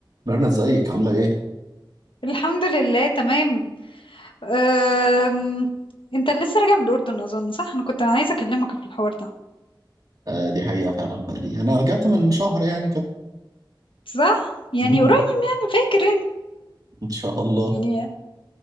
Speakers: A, on the right; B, on the left.
A: ميرنا ازيك عاملة ايه؟
B: الحمد لله تمام أم... انت لسه راجع من الأردن أظن صح؟ أنا كنت عايزة أكلمك في الحوار ده
A: آه دي حقيقة فعلا بقى لي انا رجعت من شهر يعني كده
B: صح؟ يعني
A: مم.
B: قريب يعني فاكر انت؟
A: ان شاء الله
B: يعني